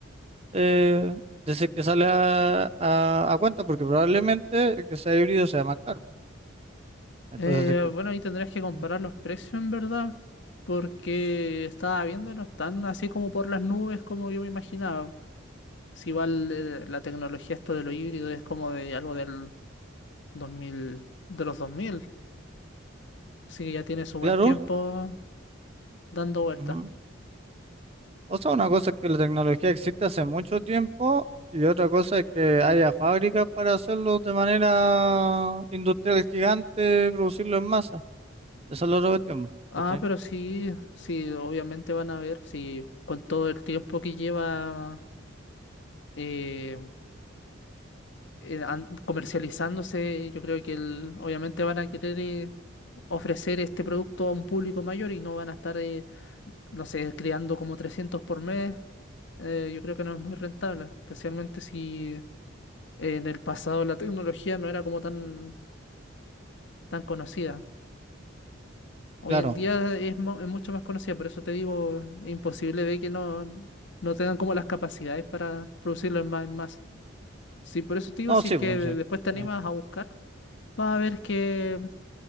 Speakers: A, on the right (about 30°); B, on the left (about 60°).
A: eh, de si que sale a, a, a cuenta, porque probablemente el que sea híbrido sea más caro. Entonces,
B: Eh,
A: si es que,
B: bueno, ahí tendrías que comparar
A: mm,
B: los precios en verdad, porque estaba viendo y no están así como por las nubes como yo me imaginaba. Si va el, eh, la tecnología esto de lo híbrido es como de algo del 2000, de los 2000, así que ya tiene su buen
A: claro,
B: tiempo dando vueltas.
A: ujú. O sea, una cosa es que la tecnología existe hace mucho tiempo y otra cosa es que haya fábricas para hacerlo de manera industrial gigante, producirlo en masa. Esa es la otra cuestión, po,
B: Ah,
A: ¿cachai?
B: pero sí, sí, obviamente van a ver, sí, con todo el tiempo que lleva eh, eh, an- comercializándose, yo creo que el- obviamente van a querer eh, ofrecer este producto a un público mayor y no van a estar, eh, no sé, creando como 300 por mes. eh, yo creo que no es muy rentable, especialmente si en el pasado la tecnología no era como tan, tan conocida. Hoy
A: Claro,
B: en día es, mo- es mucho más conocida, por eso te digo, es imposible de que no, no tengan como las capacidades para producirlo en más, en masa. Sí, por eso te digo,
A: no,
B: si
A: sí,
B: es que
A: pues
B: de-
A: sí.
B: después te animas
A: sí.
B: a buscar, vas a ver que